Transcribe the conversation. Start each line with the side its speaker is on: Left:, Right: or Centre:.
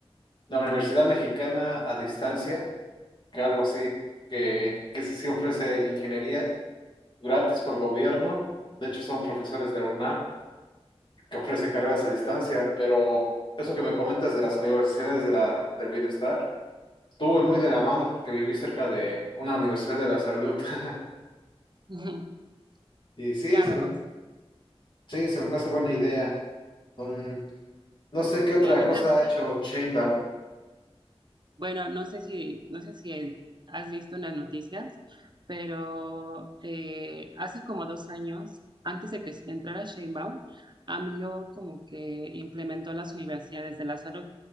Left: la Universidad Mexicana a distancia, que algo así, que, que se sí ofrece ingeniería gratis por gobierno. De hecho, son profesores de la UNAM que ofrece carreras a distancia, pero eso que me comentas de las universidades de la, del bienestar, estuve muy de la mano porque viví cerca de una universidad de la salud. <laughs>
Right: <laughs>
Left: Y sí,
Right: Claro,
Left: se me, sí, se me parece buena idea. Mm, no sé qué otra
Right: Y a mí
Left: cosa
Right: también.
Left: ha hecho Chainbaum.
Right: Bueno, no sé si, no sé si has visto en las noticias, pero eh, hace como dos años, antes de que entrara Sheinbaum, AMLO como que implementó las universidades de la salud.